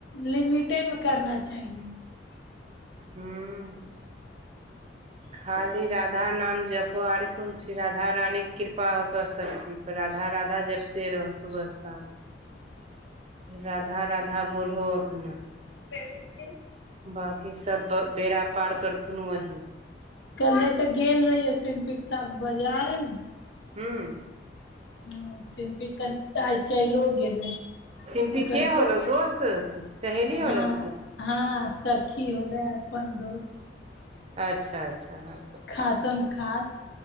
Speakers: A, on the left; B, on the right.
A: लिमिटेमे करना चाही नहि
B: हूँ खाली राधा नाम जपो आर कोंची, राधा रानी के कृपा होतो सबचीज राधा- राधा जपते रहो सुबह शाम राधा-राधा बोलहो अपना
A: <unintelligible>
B: बांकी सब ब बेड़ा पार करथुन वहीं
A: कल्हे तऽ गेल रहियो, सिम्पी के साथ बाजार
B: हम्म
A: हूं सिम्पिकल आइ चैलो गेलै
B: सिम्पी
A: ‌ओकर
B: के
A: प
B: <unintelligible>
A: हँ-हँ
B: की
A: सखी होलै अपन दोस्त
B: अच्छा-अच्छा हँ।
A: खासम-खास